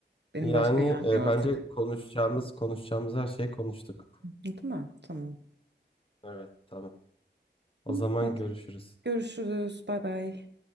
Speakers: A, on the right; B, on the left.
A: Benim
B: Yani
A: başka gelmiyor
B: e,
A: artık.
B: bence konuşacağımız konuşacağımız her şeyi konuştuk.
A: Değil mi? Tamam.
B: Evet tamam. O
A: İyi,
B: zaman
A: Hadi
B: görüşürüz.
A: görüşürüz. Bay bay.